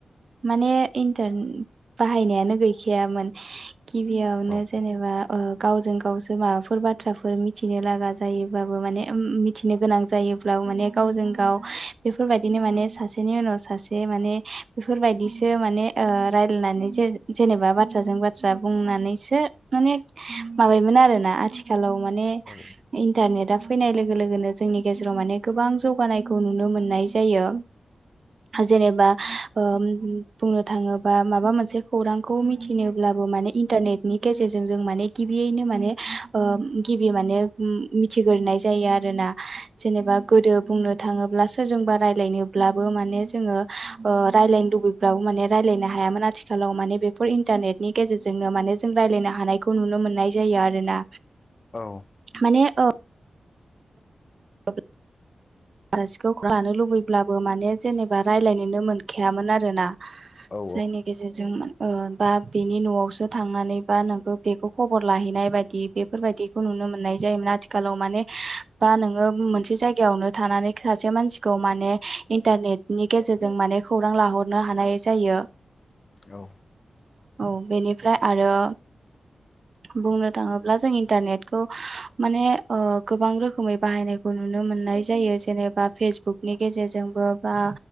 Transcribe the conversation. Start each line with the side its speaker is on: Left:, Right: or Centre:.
Right: माने इन्टार बाहायनायानो गैखायामोन गिबियावनो
Left: औ
Right: जेनेबा गावजों गावसो माबाफोर बाथ्राफोर मि मिथिनो लागा जायोब्लाबो माने मिथिनो गोनां जायोब्लाबो माने गावजों गाव बेफोरबायदिनो माने सासेनि उनाव सासे माने बेफोरबायदिसो माने रायज्लायनानैसे जेनेबा बाथ्राजों बाथ्रा बुंनानैसो माने माबायोन आरो ना आथिखालाव माने
Left: औ
Right: इन्टारनेटा फैनाय लोगो लोगोनो जोंनि गेजेराव माने गोबां जौगानायखौ नुनो मोननाय जायो जेनेबा बुंनो थाङोबा माबा मोनसे खौरांखौ मिथिनोब्लाबो माने इन्टारनेट गेजेरजों जों माने गिबियैनो माने ओ गि माने मिथिग्रोनाय जायो आरो ना जेनेबा गोदो बुंनो थाङोब्ला सोरजोंबा राय्लायनोब्लाबो माने जोङो रायजलायनो लुबैयो राव माने रायलायनो हायामोन आथिखालाव माने बेफोर इन्टारनेटनि गेजेरजोंनो माने जों रायलायनो हानाय खौ नुनो मोननाय जायो आरोना
Left: औ
Right: माने आ <unintelligible> आलासिखौ लानो लुबैब्लाबो माने जेनेबा रायज्लायनोनो मोनखायामोन आरोना
Left: औ
Right: जेने गेजेरजों ओ बा बेनि न'आवसो थांनानै बा नोंखौ बेखौ खबर लाहैनाय बायदि बेफोरबायदिखौ नुनो मोननाय जायोमोन आथिखालाव माने बा नोङो मोनसे जायगायावनो थानानै सासे मानसिखौ माने इन्टारनेटनि गेजेरजों माने खौरां लाहरनो हानाय जायो
Left: औ
Right: औ बेनिफ्राय आरो बुंनो थाङोब्ला जों इन्टारनेटखौ माने गोबां रोखोमै बाहायनाय खौ नुनो मोननाय जायो जेनेबा फेसबुकनि गेजेरजोंबो बा